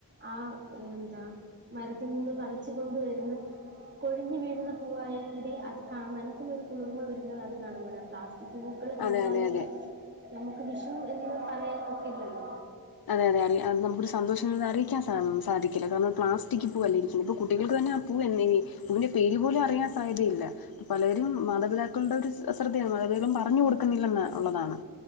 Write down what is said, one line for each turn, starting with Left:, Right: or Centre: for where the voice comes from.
Right: ആ എന്താ മരത്തിൽ നിന്ന് പറിച്ച് കൊണ്ട് വരുന്ന കൊഴിഞ്ഞു വീഴുന്ന പൂവായൽ കൂടി അത് കാ മനസ്സിനൊരു കുളിർമ വരുന്നത് അത് കാണും പോഴ. പ്ലാസ് പൂക്കൾ കണ്ടാലും
Left: അതെ അതെ അതെ
Right: നമുക്ക് വിഷു എന്ന് പറയൻ ഒക്കില്ലല്ലോ.
Left: അതെ അതെ അ അത് നമുക്കരു സന്തോഷം അറിക്കാൻ സാധിക്കില്ല. കാരണം പലസ്റ്റിക് പൂവല്ലോ. ഇരിക്കുന്നു ഇപ്പ കുട്ടികൾക്ക് തന്നെ പൂ എന്തിന് ഇതിന്റെ പേര് പോലും അറിയാൻ
Right: അതെ
Left: സാധ്യതയില്ല. പലരും മാതാപിതാക്കളുടെ ഒരു അശ്രദ്ധയാണ്. മാതാപിതാക്കളും പറഞ്ഞു കൊടുക്കുന്നില്ലെന്ന ഉള്ളതാണ്.